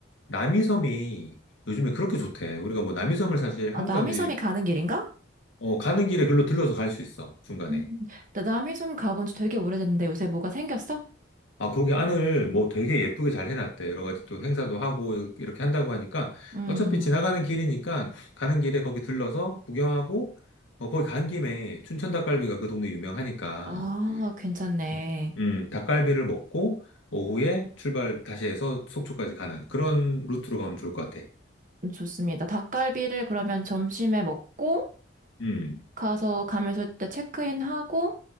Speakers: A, on the left (about 80°); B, on the right (about 40°).
A: 남이섬이 요즘에 그렇게 좋대. 우리가 뭐 남이섬을 사실
B: 아,
A: 한국
B: 남이섬이
A: 사람들이
B: 가는 길인가?
A: 어, 가는 길에 글로 들러서 갈 수 있어, 중간에.
B: 음, 나 남이섬 가본 지 되게 오래됐는데 요새 뭐가 생겼어?
A: 아, 거기 안을 뭐 되게 예쁘게 잘 해놨대. 여러 가지 또 행사도 하고 이렇게 한다고 하니까
B: 음,
A: 어차피 지나가는 길이니까 가는 길에 거기 들러서 구경하고 어, 거기 간 김에 춘천 닭갈비가 그 동네 유명하니까
B: 아, 괜찮네.
A: 음, 음, 닭갈비를 먹고 오후에 출발 다시 해서 속초까지 가는 그런 루트로 가면 좋을 것 같아.
B: 음, 좋습니다. 닭갈비를 그러면 점심에 먹고,
A: 음,
B: 가서 가면서 때 체크인하고,